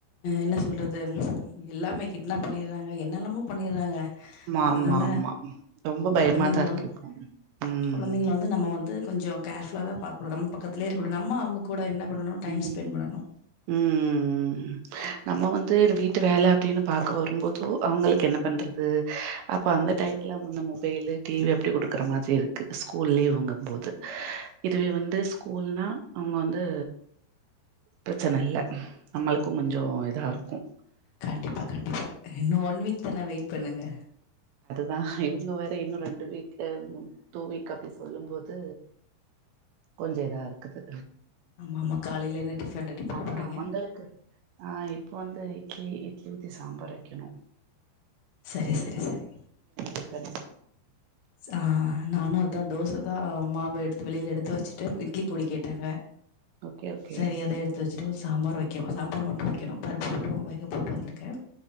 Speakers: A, on the left (about 65°); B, on the right (about 80°).
A: என்ன சொல்றது எல்லாமே கிட்னா பண்ணடுறாங்க என்னொமேபண்ண இருறாங்க
B: ஆமா
A: அதனால
B: ஆமா ஆமா ரொம்ப பயமாதான்
A: குழந்தைங்க
B: இருக்கு
A: வந்து
B: இப்போ ம்
A: குழந்தைங்க வந்து நம்ம வந்து கொஞ்சம்கேர்ஃபுலா தான் பாக்குனும் நம்ம பக்கத்தே இருக்கனும் நம அவங்க கூட என்ன பண்ணண டைம்
B: ம்
A: ஸ்பெண்ட் பண்ணணும்
B: ம் நம்ம வந்து வீட்டு வேலை அப்படின்னு பார்க்க வரும்போதோ அவங்களுக்கு என்ன பண்ணுறது அப்போ அந்த டயத்தில் வந்த மொபைலு டிவி அப்படி கொடுக்குற மாதிரி இருக்குது ஸ்கூல் லீவ் வாங்கும்போது இதுவே வந்து ஸ்கூல்னால் அவங்க வந்து பிரச்சனை இல்லை நம்மளுக்கும் கொஞ்சம் இதா இருக்கும்
A: கண்டிப்பா கண்டிப்பா இன்னும் ஒன் வீக் தானா வெயிட் பண்ணுங்க
B: தான் இவங்க வேற இன்னும் ரெண்டு வீக் டூ வீக் அப்படி சொல்லும்போது கொஞ்சம் இதா இருக்குது
A: ஆமா ஆமா காலையில என்ன டிஃபன் ரெடி பண்ண
B: ஆஹ்
A: போறீங்க
B: உங்களுக்கு ஆஹ் இப்போ வந்து இட்லி கெல்த்தி சாம்பார் வைக்கணும்
A: செரி செரி செரி
B: டிஃபன்
A: ஆஹ் நானும் அதான் தோசை தான் மா எடுத்து வெளியில எடுத்து வச்சுட்டு இட்லி பொடி கேட்டாங்க
B: ஓகே ஓகே
A: சரி அத எடுத்து வச்சிட்டு சாம்பார் வைக்கோம் சாம்பார் மட்டும் வைக்கணும் பருப்பு போட்டும் வெக போட்டு வந்துருக்கேன்